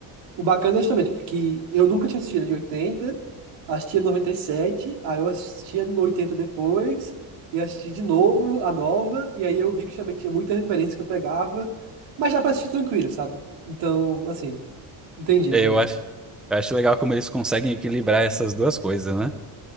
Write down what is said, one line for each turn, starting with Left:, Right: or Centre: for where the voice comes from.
Right: O bacana é justamente que eu nunca tinha assistido a de 80, assistia sete aí eu assistia no 80 depois, e assisti de novo a nova, e aí eu vi que justamente tinha muita referência que eu pegava, mas dá pra assistir tranquilo, sabe? Então, assim, entendi,
Centre: É,
Right: entendi.
Centre: Eu acho, eu acho legal como eles conseguem equilibrar essas duas coisas, né?